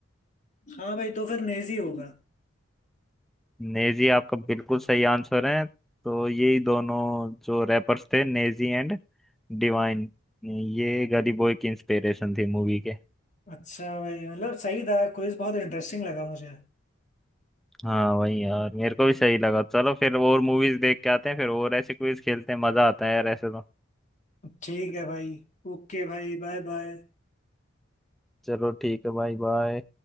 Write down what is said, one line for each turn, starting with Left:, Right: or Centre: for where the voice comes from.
Left: हाँ भाई तो फिर नेजी होगा
Centre: नेजी आपका बिल्कुल सही आंसर है तो यही दोनों जो रैपर्स थे नेजी एंड डिवाइन ये गली बॉय की इंस्पिरेशन थी मूवी के
Left: अच्छा भाई मतलब सही था क्विज बहुत इंटरेस्टिंग लगा मुझे
Centre: हाँ वही यार मेरे को भी सही लगा चलो फिर और मूवीज देख के आते हैं फिर और ऐसे क्विज खेलते हैं मजा आता है यार ऐसे तो
Left: ठीक है भाई ओके भाई बाय बाय
Centre: चलो ठीक है भाई बाय